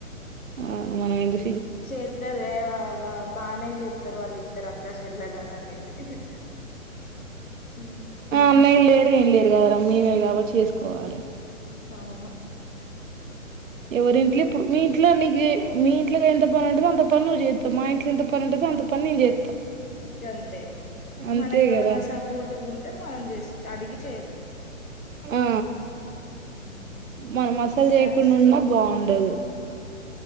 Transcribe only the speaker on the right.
ఆ మనమెంది
అన్నయ్యలు లేరు ఏం లేరు కదరా మేమే గాబట్టి చేసుకోవాలి
ఎవరింట్లో ఇప్పుడు మీ ఇంట్లో నీకి మీ ఇంట్లో ఎంత పని ఉంటదో అంత పని నువ్ చేత్తవ్ మా ఇంట్లో ఎంత పని ఉంటందో అంత పని నేను చే
అంతే
కదా
ఆ
మన మసాలా
చేయకుండా ఉన్నా బావు ముట్టదు